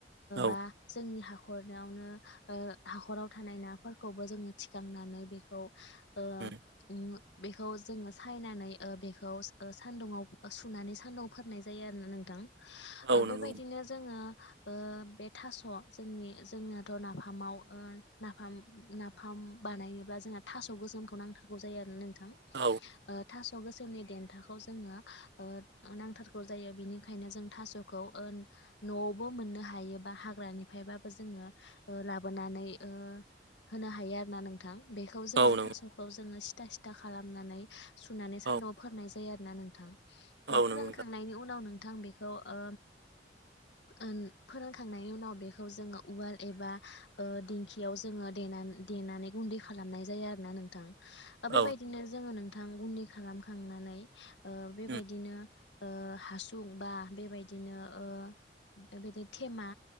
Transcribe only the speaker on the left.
बा जोंनि हा खरावनो ओ हाखराव थानाय नाफोरखौबो जोङो थिखांनानै बेखौ ओ
ओम बेखौ जोङो सायनानै बे खौ सान्दुुं सुनानै सान्दुंआव फोरानाय जायो आरोना नोंथां।
ओ
बेबायदिनो जोङो बे थास' जोंनि जोंनाथ' नाफामाव नाफाम नाफाम बानायनो बा जोंहा थास गोसोमखौ नांथारगौ जायो आरो ना नोंथां
ओ दास गोसोमनि देथाखौ जोङो ओ नांथारगौ जायो बिनिखायनो जों थास'खौ ओ न' बोबाव मोननो हायोबा हाग्रानिफ्रायबाबो जोङो लाबोनानै ओ होनो हायो आरो ना नोंथां। बेखौ जोङो
थास'खौ जोङो सिथा सिथा खालामनानै सुनानै सान्दुं
आव फोरनाय जायो आरो ना नोंथां
फोरानखांनायनि
उनाव नोंथां बेखौ ओ ओम फोरानखांनायनि उनाव बेखौ जोंङो उवाल एबा दिंखियाव जो ङो देना देनानै गुन्दै खालामनाय जायो आरोना नोंथां। बेबायदिनो
जोंङो नोंथां गुन्दै खालामखांनानै ओ बेबायदिनो
ओ हासुं बा बेबायदिनो ओ बेबायदि थेमा